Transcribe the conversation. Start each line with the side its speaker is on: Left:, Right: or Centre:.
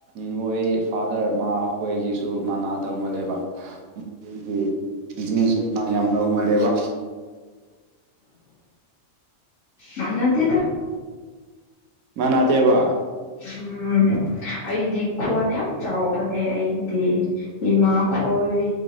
Right: ꯅꯣꯏ ꯐꯥꯗꯔ ꯃꯥꯈꯣꯏꯒꯤꯁꯨ ꯃꯅꯥꯗꯧ ꯃꯥꯜꯂꯦꯕ ꯅꯣꯏꯒꯤ ꯏꯟꯖꯤꯟꯁꯨ ꯅ ꯌꯥꯝ ꯅꯧꯃꯜꯂꯦꯕ
Left: ꯃꯥꯟꯅꯗꯦꯗ
Right: ꯃꯥꯟꯅꯇꯦꯕ
Left: ꯎꯝ ꯑꯩꯗꯤ ꯈꯣꯟ ꯌꯥꯝ ꯆꯥꯎꯕ ꯅꯦ ꯑꯩꯒꯤꯗꯤ ꯏꯃꯥ ꯈꯣꯏ